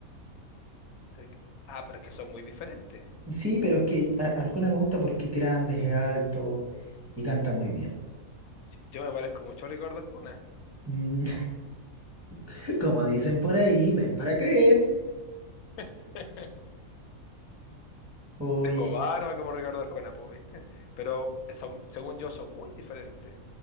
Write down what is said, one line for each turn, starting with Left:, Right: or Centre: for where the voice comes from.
Left: Ric- Ah, pero es que son muy diferentes.
Right: Sí, pero es que a- Arjona me gusta porque es grande, es alto y canta muy bien.
Left: Yo me parezco mucho a Ricardo Arjona.
Right: Mm, <laughs> Como dicen por ahí, ver para creer.
Left: <laughs>
Right: Oye,
Left: Tengo barba como Ricardo Arjona, pues, ¿viste? Pero son, según yo, son muy diferentes.